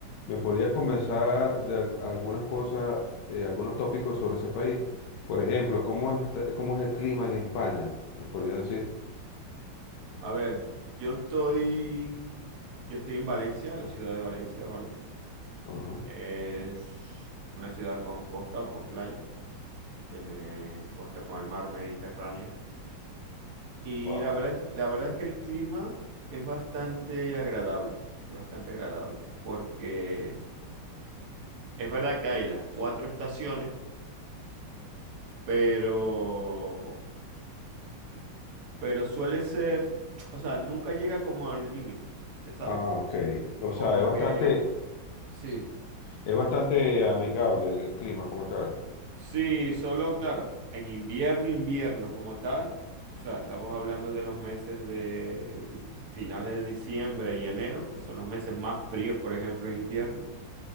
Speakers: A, on the left; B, on the right.
A: ¿Me podrías conversar de al- algunas cosas, eh, algunos tópicos sobre ese país? Por ejemplo, ¿cómo es, cómo es el clima en España? ¿Me podrías decir?
B: A ver, yo estoy, yo estoy en Valencia, en la ciudad de Valencia, ¿vale?
A: Ajá.
B: Es una ciudad con costa o con playa, tiene costa con el mar Mediterráneo. Y
A: Wow.
B: la verdad, es- la verdad es que el clima es bastante agradable, es bastante agradable, porque Es verdad que hay las cuatro estaciones, pero, pero suele ser, o sea, nunca llega como al límite, ¿sabes?
A: Ah, ok. O sea,
B: Como
A: es bastante,
B: que, sí,
A: sí, es bastante amigable el el clima como tal.
B: sí, solo, claro, en invierno, invierno como tal, o sea, estamos hablando de los meses de di- finales de diciembre y enero, que son los meses más fríos, por ejemplo, en invierno.